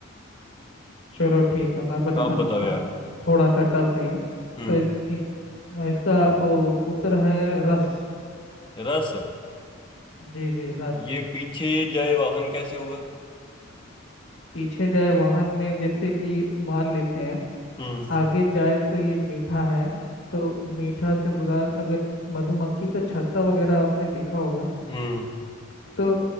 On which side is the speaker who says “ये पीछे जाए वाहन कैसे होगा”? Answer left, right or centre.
Left